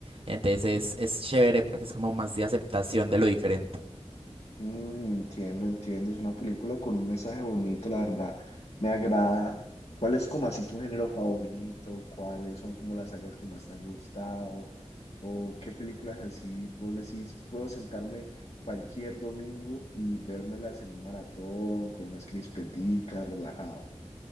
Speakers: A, on the right; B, on the left.
A: Entonces es chévere porque es como más de aceptación de lo diferente.
B: Mm, entiendo, entiendo. Es una película con un mensaje bonito, la verdad. Me agrada. ¿Cuál es como así tu género favorito? ¿Cuáles son como las sagas que más te han gustado? ¿O qué películas así vos decís, puedo sentarme cualquier domingo y vérmelas en un maratón, con unas crispeticas, relajado?